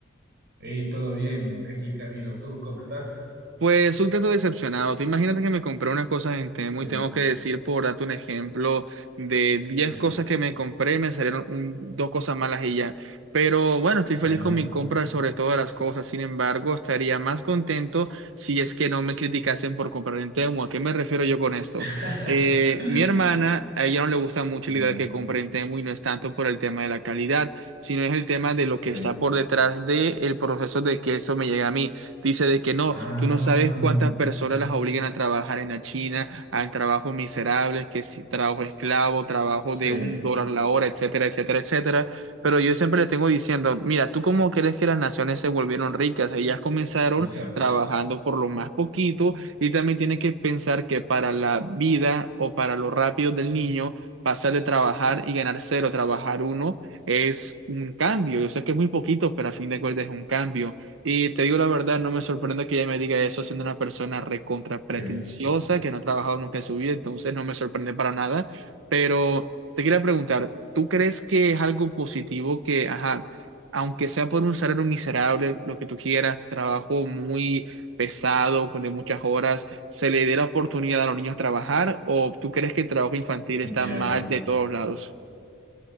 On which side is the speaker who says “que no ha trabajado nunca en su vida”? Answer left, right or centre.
Right